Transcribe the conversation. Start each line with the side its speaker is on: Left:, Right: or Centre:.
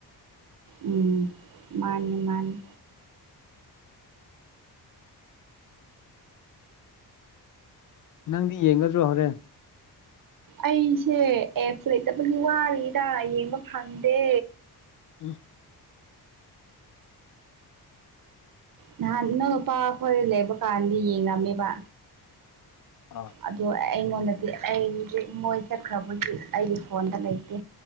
Right: ꯎꯝ ꯃꯥꯅꯤ ꯃꯥꯅꯤ
Left: ꯅꯪꯗꯤ ꯌꯦꯡꯒꯗ꯭ꯔꯣ ꯍꯣꯔꯦ
Right: ꯑꯩꯁꯦ ꯑꯦꯐ ꯂꯩꯇꯕꯗꯤ ꯋꯥꯔꯤꯔꯤꯔ ꯌꯦꯡꯕ ꯐꯪꯗꯦ
Left: ꯎꯝ
Right: ꯅꯍꯥꯟ ꯑꯅꯧ ꯅꯨꯄꯥ ꯍꯈꯣꯏ ꯂꯩꯕ ꯀꯥꯟꯗꯤ ꯌꯦꯡꯝꯃꯦꯕ
Left: ꯑꯥ
Right: ꯑꯗꯣ ꯑꯩꯉꯣꯟꯗꯗꯤ ꯑꯩꯁꯦ ꯃꯣꯏ ꯆꯠꯈ꯭ꯔꯕꯗꯤ ꯑꯩꯒꯤ ꯐꯣꯟꯗ ꯂꯩꯇꯦ